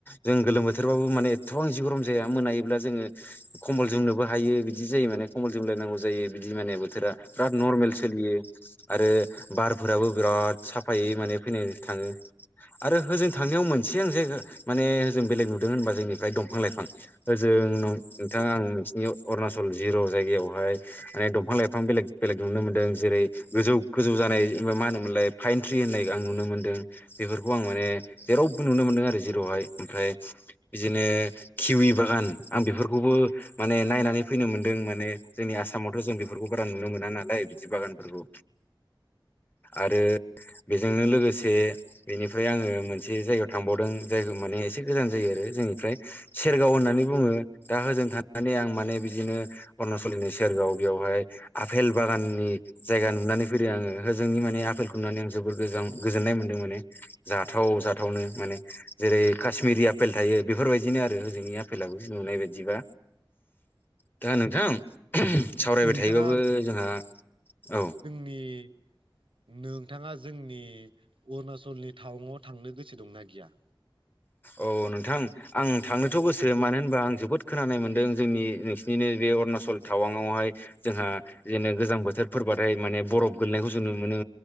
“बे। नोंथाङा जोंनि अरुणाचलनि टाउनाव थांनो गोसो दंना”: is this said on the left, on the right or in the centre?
Right